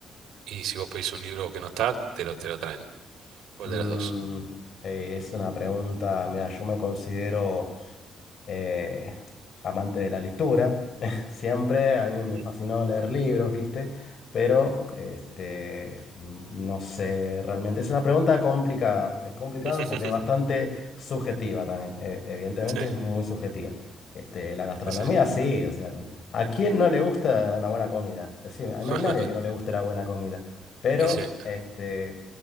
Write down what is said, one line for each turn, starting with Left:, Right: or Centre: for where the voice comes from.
Right: y si vos pedís un libro que no está, te lo, te lo traen. ¿Cuál
Left: Mm,
Right: de las dos?
Left: eh, es una pregunta, mira, yo me considero... eh, amante de la lectura. <laughs> Siempre a mí me
Right: Ujú.
Left: fascinó leer libros, ¿viste? Pero este, n- no sé realmente. Es una pregunta complicada. Es complicada
Right: <laughs>
Left: porque es bastante subjetiva también. E- evidentemente
Right: Sí,
Left: es muy subjetiva. Este, la gastronomía,
Right: sí, sí.
Left: sí. O sea, ¿a quién no le gusta una buena comida? Decime,
Right: <laughs>
Left: no hay nadie que no le guste la buena comida. Pero
Right: Ese.
Left: este.